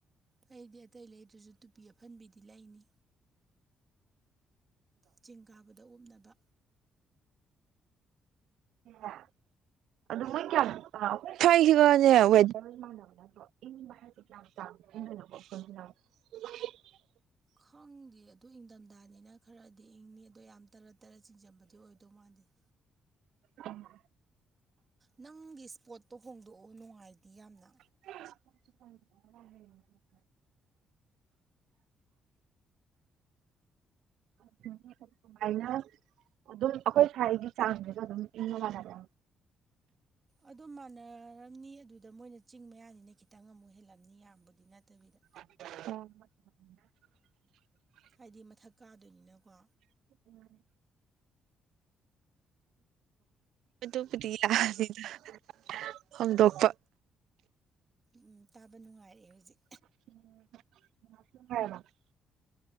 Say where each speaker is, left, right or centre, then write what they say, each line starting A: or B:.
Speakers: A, on the right; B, on the right.
A: ꯑꯩꯗꯤ ꯑꯇꯩ ꯂꯩꯇ꯭ꯔꯁꯨ ꯇꯨꯄꯤ ꯑꯐꯟꯕꯤꯗꯤ ꯂꯩꯅꯤ ꯆꯤꯡ ꯀꯥꯕꯗ ꯎꯞꯅꯕ
B: ꯑꯥ ꯐꯒꯅꯦ ꯣ
A: ꯈꯪꯗꯦ ꯑꯗꯨ ꯏꯪꯊꯝꯊꯥꯅꯤꯅ ꯈꯔꯗꯤ ꯏꯪꯅꯤ ꯑꯗꯣ ꯌꯥꯝ ꯇꯔꯥ ꯇꯔꯥ ꯆꯤꯡꯖꯕꯗꯤ ꯑꯣꯏꯗꯧ ꯃꯥꯟꯦꯗ
B: ꯎꯝ
A: ꯅꯪꯒꯤ ꯏꯁꯄꯣꯠꯇꯣ ꯍꯣꯡꯗꯣꯛꯎ ꯅꯨꯡꯉꯥꯏꯗꯤ ꯌꯥꯝꯅ
B: <inaudible> <unintelligible> ꯅ ꯑꯗꯨꯝ ꯑꯩꯈꯣꯏ ꯁꯋꯥꯥꯏꯒꯤ ꯆꯥꯡꯁꯤꯒ ꯑꯗꯨꯝ ꯏꯪꯕ ꯃꯥꯥꯟꯅꯗ
A: ꯑꯗꯨꯝ ꯃꯥꯟꯅꯔꯝꯅꯤ ꯑꯗꯨꯗ ꯃꯣꯏꯅ ꯆꯤꯡ ꯃꯌꯥꯅꯤꯅ ꯈꯤꯇꯪ ꯑꯃꯨꯛ ꯍꯦꯜꯂꯛ ꯃꯤ ꯌꯥꯝꯕꯨꯗꯤ ꯅꯠꯇꯕꯤꯗ
B: <inaudible>
A: ꯍꯥꯏꯗꯤ ꯃꯊꯛ ꯀꯥꯗꯣꯏꯅꯤꯅꯀꯣ
B: <inaudible> ꯑꯥꯗꯨꯄꯨꯗꯤ <unintelligible> ꯍꯨꯝꯗꯣꯛꯄ
A: ꯎꯝ ꯇꯥꯕ ꯅꯨꯡꯉꯥꯏꯔꯛꯑꯦ ꯍꯧꯖꯤꯛ
B: <inaudible>